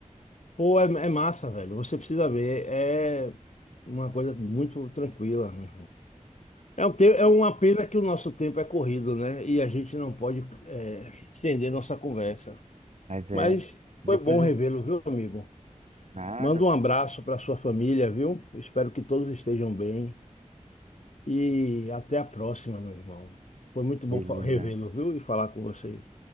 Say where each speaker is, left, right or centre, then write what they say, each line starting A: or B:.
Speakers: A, on the left (about 60°); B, on the right (about 55°).
A: Pô, é, é massa, velho. Você precisa ver. É uma coisa muito tranquila. né? É, um te- é uma pena que o nosso tempo é corrido, né? E a gente não pode é, estender nossa conversa.
B: Mas
A: Mas
B: é. Depois
A: foi bom revê-lo,
B: é.
A: viu, amigo?
B: Nada,
A: Manda um abraço para sua família, viu? Espero que todos estejam bem. E até a próxima, meu irmão. Foi muito bom
B: beleza.
A: fa- revê-lo, viu? E falar com vocês.